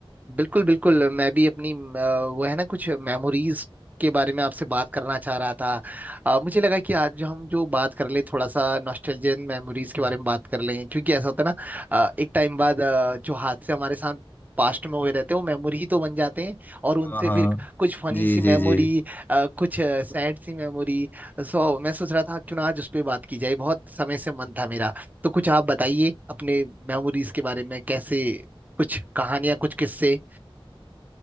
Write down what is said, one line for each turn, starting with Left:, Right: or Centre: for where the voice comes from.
Right: बिल्कुल बिल्कुल मैं भी अपनी अ, वो है ना कुछ मेमोरीज के बारे में आपसे बात करना चाह रहा था अ, मुझे लगा कि आज जो हम जो बात कर ले थोड़ा सा नॉस्टैल्जियन मेमोरीज के बारे में बात कर लें क्योंकि ऐसा होता है ना अ, एक टाइम बाद अ, जो हादसे हमारे साथ पास्ट में हुए रहते हैं वो मेमोरी ही तो बन जाते हैं और उनसे
Left: हाँ हाँ
Right: फिर कुछ फनी
Left: जी
Right: सी मेमोरी
Left: जी जी
Right: कुछ सैड सी मेमोरी सो मैं सोच रहा था क्यों ना आज उस पर बात की जाए बहुत समय से मन था मेरा तो कुछ आप बताइए अपने मेमोरीज के बारे में कैसे कुछ कहानियां कुछ किस्से